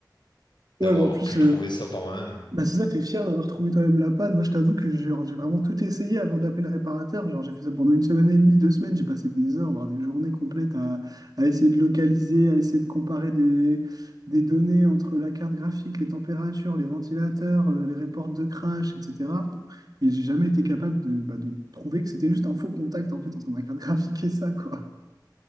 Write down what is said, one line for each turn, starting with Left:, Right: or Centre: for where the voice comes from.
Right: Ouais,
Left: d'avoir
Right: bah en plus,
Left: pu
Right: euh,
Left: trouver ça par moi-même.
Right: Bah c'est ça, t'es fier d'avoir trouvé toi-même la panne. Moi, je t'avoue que genre, j'ai vraiment tout essayé avant d'appeler le réparateur. Genre, j'ai fait ça pendant une semaine et demie, deux semaines. J'ai passé des heures, voire des journées complètes à, à essayer de localiser, à essayer de comparer des, des données entre la carte graphique, les températures, les ventilateurs, euh, les reports de crash, etc. Et j'ai jamais été capable de, bah, de trouver que c'était juste un faux contact en fait entre ma carte graphique et ça, quoi.